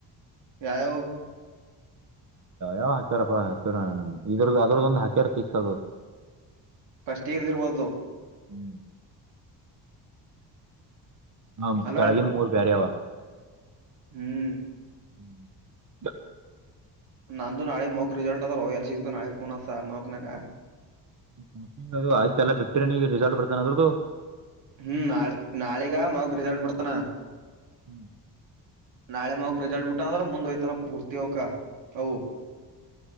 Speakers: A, on the right; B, on the right.
A: ಯಾವ್ ಯಾವು
B: ಯಾವ ಹಚಾರಪ್ಪ ಹಚ್ಚಾರ ಇದ್ರ್ದ ಅದ್ರದ್ದೊಂದು ಹಚಾರ ಫಿಕ್ಸ್ ಅದು
A: ಫಸ್ಟ್ ಇಸಿ ಇರ್ಬೋದು
B: ಹ್ಮ್ ಹ
A: ಅಲ್ಲ
B: ಕೆಳಗಿನ ಮೂರ್ ಬೇರೆ ಅವ.
A: ಹ್ಮ್
B: <unintelligible>
A: ನಂದು ನಾಳಿಗ ಮೋಕ್ ರಿಸಲ್ಟ್ ಅದಾವ ರೋ ಎಲ್ಲಿ ಸಿಗ್ತಾನ ನಾಳಿಗ ಕೂನ ಅದ ಮೋಕ್ನ್ಯಗ.
B: ಮೂರ ತಿಂಗಳ ಅದು ಆಯ್ತ ಎಲ್ಲ ಬಿಟ್ಟ್ರಿ ನೀ ರಿಸಲ್ಟ್ ಬಿಡ್ತಾನ ಅದ್ರದ್ದದು.
A: ಹ್ಮ್ ನಾಳೆ ನಾಳೆಗ ಮೋಕ್ ರಿಸಲ್ಟ್ ಬಿಡ್ತಾನ.
B: ಹ್ಮ್
A: ನಾಳೆ ಮಾಕ್ ರಿಸಲ್ಟ್ ಬಿಟ್ಟ ಅಂದ್ರ ಮುಂದ್ ಹೋಯ್ತಾನ ಪೂರ್ತಿ ಅವಕ ಅವು-